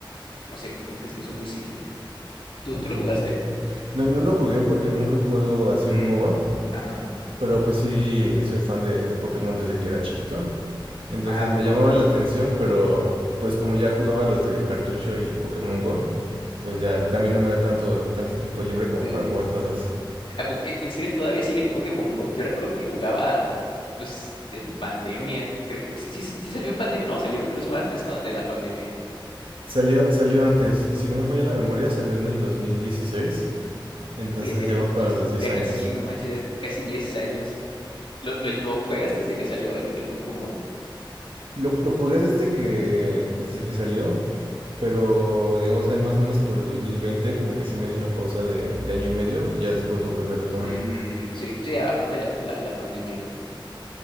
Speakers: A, on the left; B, on the right.
A: no sé, como que se me hizo muy simple. ¿Tú,
B: Ok.
A: tú lo jugaste?
B: No, no lo jugué porque nunca he jugado así
A: Mm,
B: un MOBA,
A: ajá.
B: pero pues sí soy fan de, de Pokémon desde que era chiquito. Entonces
A: Ah, ¿a poco?
B: me llamaba
A: Mm,
B: la atención, pero pues como ya jugaba los de cartucho y Pokémon Go, pues ya también no me da tanto, tanto
A: eh,
B: tiempo libre como
A: Sí.
B: para jugar todos.
A: Ah, po- En, en serio, todavía sigue el Pokémon Go. Yo recuerdo que lo jugaba, pues, en pandemia. Creo que sí, sí, sí sí salió en pandemia. No, salió incluso antes, ¿no? De la pandemia.
B: Salió,
A: Uf,
B: salió antes, si no me falla la memoria, salió en el 2016, entonces
A: ya tiene
B: ya va
A: muchísimo,
B: para los 10
A: ya
B: años.
A: casi, no manches, ya es casi 10 años. ¿Lo, lo, lo juegas desde que salió el, el Pokémon Go?
B: Lo, lo jugué desde que, desde que salió, pero digamos ahí más o menos por el 2020 como que sí me dio una pausa de, de año y medio y ya después lo volví a retomar.
A: Mm, sí, sí, a- aparte de la, pues, la, la pandemia, ¿no?